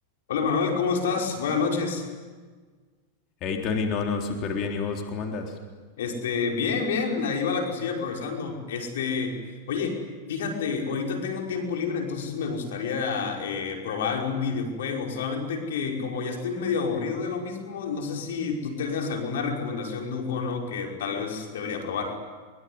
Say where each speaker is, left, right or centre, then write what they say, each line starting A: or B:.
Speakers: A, on the left; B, on the left.
A: Hola Manuel, ¿cómo estás? Buenas noches.
B: Hey Tony, no, no, súper bien. ¿Y vos cómo andas?
A: Este, bien, bien, ahí va la cosilla progresando. Este, oye, fíjate, ahorita tengo tiempo libre, entonces me gustaría eh, probar algún videojuego, solamente que como ya estoy medio aburrido de lo mismo, no sé si tú tengas alguna recomendación de un juego nuevo que tal vez debería probar.